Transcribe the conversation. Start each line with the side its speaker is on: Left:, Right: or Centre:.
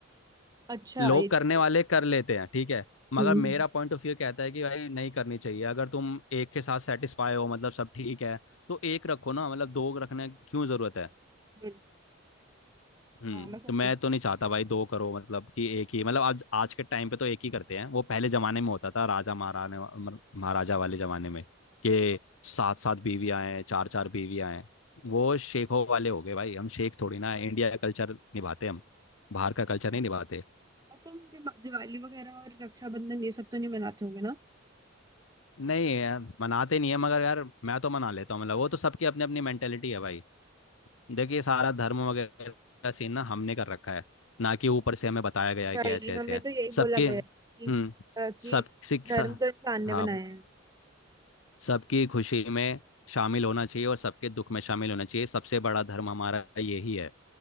Right: अच्छा
Left: लोग
Right: ये चीज़
Left: करने वाले कर लेते हैं ठीक है मगर
Right: हम्म
Left: मेरा पॉइंट ऑफ व्यू कहता है कि भाई नहीं करनी चाहिए अगर तुम एक के साथ सेटिस्फाई हो मतलब सब ठीक है तो एक रखो ना मतलब दो रखने की क्यों जरूरत है
Right: बिल्कुल
Left: हम्म
Right: हाँ मैं समझ
Left: तो मैं
Right: गई।
Left: तो नहीं चाहता भाई दो करो मतलब कि एक ही मतलब आज आज के टाइम पे तो एक ही करते हैं वो पहले जमाने में होता था राजा महाराने मर- महाराजा वाले जमाने में कि सात सात बीवियां हैं चार चार बीवियां हैं वो शेखों वाले हो गए भाई हम शेख थोड़ी ना हैं, इंडिया का कल्चर निभाते हैं हम बाहर का कल्चर नहीं
Right: हाँ,
Left: निभाते
Right: और तुम दिवा- दिवाली वगैरह और रक्षाबंधन ये सब तो नहीं मनाते होगे ना
Left: नहीं यार मनाते नहीं है मगर यार मैं तो मना लेता हूँ मतलब वो तो सबकी अपनी अपनी मेंटेलिटी है भाई देखिए सारा धर्म वगैरह का सीन ना हमने कर रखा है ना कि ऊपर से हमें बताया गया है
Right: नहीं
Left: कि ऐसे ऐसे
Right: हमें
Left: है
Right: तो यही
Left: सबके
Right: बोला गया
Left: हम्म
Right: है कि, अ, कि
Left: सब सिख
Right: धर्म
Left: सा-
Right: तो इंसान ने
Left: हाँ
Right: बनाया है
Left: सबकी खुशी में शामिल होना चाहिए और सबके दुख में शामिल होना चाहिए सबसे बड़ा धर्म हमारा यही है